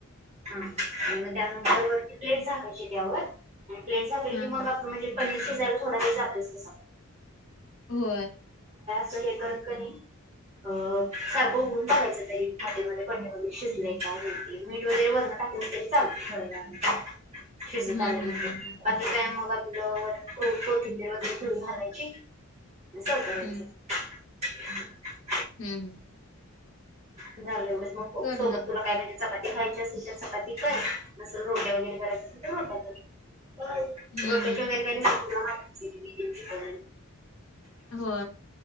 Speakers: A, on the right (about 30°); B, on the left (about 60°).
A: हा आणि म त्यानंतर वरती प्लेट झाकायची त्यावर, आणि प्लेट झाकली
B: हां.
A: की मग आपण म्हणजे. पनीर शिजय थोडा जातेस तस आपण
B: हो.
A: हें करत करत सारखं उघडून बगयच तरी आधी मध्ये शिजले का हो मीठ वगैरे भरणं टाकलं तरी चालते थोड शिजत
B: हम्म
A: आल्यानंतर
B: हम्म हम्म
A: ते काय मग वगैर थडी घालायची अस करायच.
B: हम्म.
A: <unintelligible>
B: हम्म.
A: झालं एवढंच मग
B: करणार.
A: सोबत तुला काय माहिजे. चपाती खायची असतील तर चपाती कर नसल रोट्या वगैरे कराय असेल तर रोट्या कर.
B: हम्म
A: रोटेचा
B: हम्म.
A: वगैर काय माहीत.
B: हो.